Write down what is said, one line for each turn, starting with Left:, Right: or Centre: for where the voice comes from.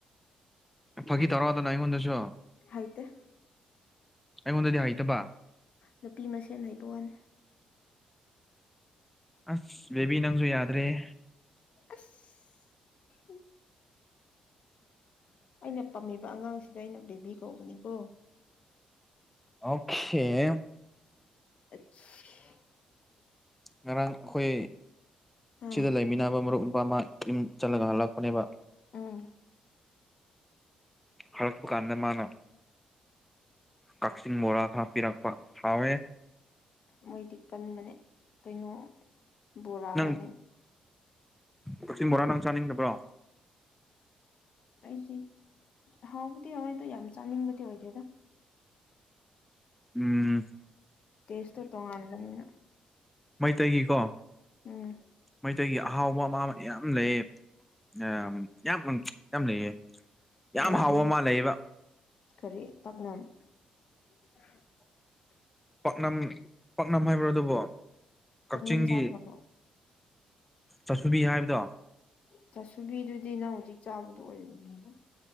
Centre: ꯐꯥꯒꯤ ꯇꯧꯔꯛꯑꫭꯗꯅ ꯑꯩꯉꯣꯟꯗꯁꯨ
Left: ꯍꯩꯇ‌ꯦ
Centre: ꯑꯩꯉꯣꯟꯗꯗꯤ ꯍꯩꯇꯕ
Left: ꯅꯨꯄꯤ ꯃꯁꯦꯟ ꯍꯩꯕ ꯋꯥꯅꯤ
Centre: ꯑꯁ ꯕꯦꯕꯤ ꯅꯪꯁꯨ ꯌꯥꯗ꯭ꯔꯦꯍ‌ꯦ
Left: ꯑꯁ ꯑꯩꯅ ꯄꯥꯝꯃꯤ ꯑꯉꯥꯡꯁꯤꯗ ꯑꯩꯅ ꯕꯦꯕꯤ ꯀꯧꯕꯅꯤꯀꯣ
Centre: ꯑꯣꯀ‌ꯦ
Left: ꯑ <unintelligible>
Centre: ꯉꯔꯥꯡ ꯑꯩꯈꯣꯏ
Left: ꯑꯥ
Centre: ꯁꯤꯗ ꯂꯩꯃꯤꯟꯅꯕ ꯃꯔꯨꯞ ꯃꯄꯥꯝ ꯑꯃ ꯌꯨꯝ ꯆꯠꯂꯒ ꯍꯜꯂꯛꯄꯅꯦꯕ
Left: ꯎꯝ
Centre: ꯍꯟꯂꯛꯄꯥꯀꯟꯗ ꯃꯅꯥ ꯀꯥꯛꯆꯤꯡ ꯕꯣꯔꯥ ꯈꯔ ꯄꯤꯔꯛꯄ ꯍꯥꯎꯋ‌ꯦ
Left: ꯃꯣꯏꯗꯤ ꯀꯟꯕꯅꯦ ꯀꯩꯅꯣ ꯕꯣꯔꯥꯔꯅꯦ
Centre: ꯅꯪ ꯀꯛꯆꯤꯡ ꯕꯣꯔꯥ ꯅꯪ ꯆꯥꯅꯤꯡꯗꯕ꯭ꯔꯣ
Left: ꯑꯩꯗꯤ ꯍꯥꯎꯕꯨꯗꯤ ꯍꯥꯎꯋꯦꯗꯣ ꯌꯥꯝ ꯆꯥꯅꯤꯡꯕꯗꯤ ꯑꯣꯏꯗꯦꯗ
Centre: ꯎꯝ
Left: ꯇꯦꯁꯇ ꯇꯨ ꯇꯣꯉꯥꯟꯕꯅꯤꯅ
Centre: ꯇꯩꯒꯤꯀꯣ
Left: ꯎꯝ
Centre: ꯃꯩꯇꯩꯒꯤ ꯑꯍꯥꯎꯕ ꯄꯥꯝꯃꯥ ꯌꯥꯝ ꯂꯩꯌꯦ ꯑ ꯌꯥꯝ ꯌꯥꯝ ꯂꯩꯌꯦ ꯌꯥꯝ
Left: ꯂꯩꯕꯅꯦ
Centre: ꯍꯥꯎꯕ ꯃꯥ ꯂꯩꯕ
Left: ꯀꯔꯤ ꯇꯞꯅꯝ <inaudible>
Centre: ꯄꯥꯛꯅꯝ ꯄꯥꯛꯅꯝ ꯍꯥꯏꯕ꯭ꯔꯣ ꯑꯗꯨꯕꯨ ꯀꯛꯆꯤꯡꯒꯤ
Left: ꯄꯛꯅꯝ ꯆꯥꯈ꯭ꯔꯕꯣ
Centre: ꯆꯥꯁꯨꯕꯤ ꯍꯥꯏꯕꯗꯣ
Left: ꯆꯥꯁꯨꯕꯤꯗꯨꯗꯤ ꯅꯡ ꯍꯧꯖꯤꯛ ꯆꯥꯕꯗꯨ ꯑꯣꯏꯔꯝꯅꯤꯗꯥ